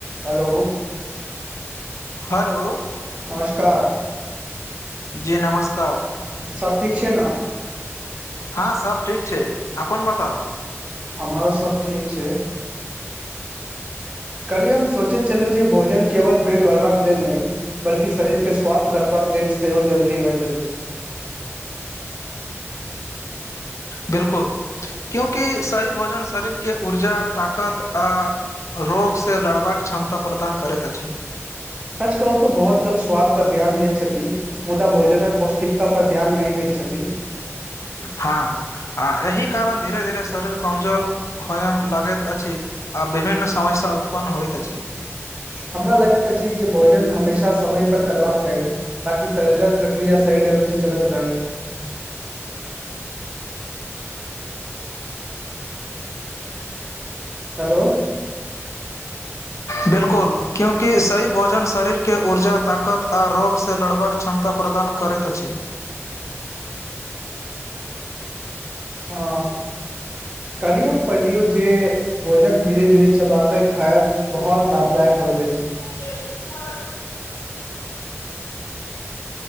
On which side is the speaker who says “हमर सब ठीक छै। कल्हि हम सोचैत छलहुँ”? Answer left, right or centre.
Right